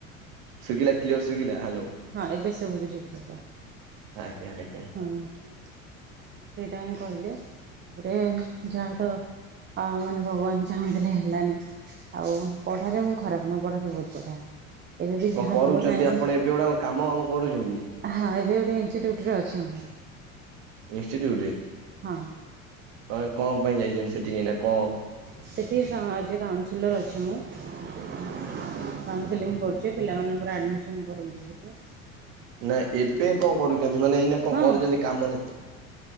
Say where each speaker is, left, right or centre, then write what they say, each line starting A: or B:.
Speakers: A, on the right; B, on the right.
A: ଶଭିଲା କ୍ଲିୟର ଶୁଭିଲା ହାଲୋ।
B: ହଁ ଏବେ ସବୁଛି ଠିକ କଥା।
A: ଆଜ୍ଞା ଆଜ୍ଞା।
B: ହଁ।
A: <inaudible>
B: ସେଇଟା ହିଁ କହିଲେ ତାପରେ ଯାହା ତ ମାନେ ଭଗବାନ ଚାହୁଁଥିଲେ ହେଲାନି ଆଉ ପଢ଼ାରେ ମୁଁ ଖରାପ ନୁହେଁ ପଢ଼ାରେ ବହୁତ ବଢ଼ିଆ। ଏବେ ବି
A: କଣ
B: ଯାହା
A: କରୁଛନ୍ତି
B: ଦବ ସାଙ୍ଗେ ସାଙ୍ଗେ
A: ଆପଣ ଏବେ ଗୁଡା କଣ କାମ ଆମ କରୁଛନ୍ତି ଯେ
B: ହଁ ଏବେ ଗୋଟେ ଇଞ୍ଚି ଡ୍ୟୁଟି ରେ ଅଛି ମୁଁ।
A: ଇନଷ୍ଟିଚ୍ୟୁଟରେ
B: ହଁ
A: କଣ କଣ ପାଇଁ ଯାଇଛଛନ୍ତି ସେଠିକି ନା କଣ
B: ସେଠି ଆଜି କାଉନସିଲର ଅଛି ମୁଁ। କାଉନସିଲିଙ୍ଗ କରୁଛି ପିଲାମାନଙ୍କର ଆଡମିସନ କରଉଛି ସେଠି।
A: ନା ଏବେ କଣ କରୁଛନ୍ତି ମାନେ ଏଇନା କଣ
B: ହଁ
A: କରୁଛନ୍ତି କାମରେ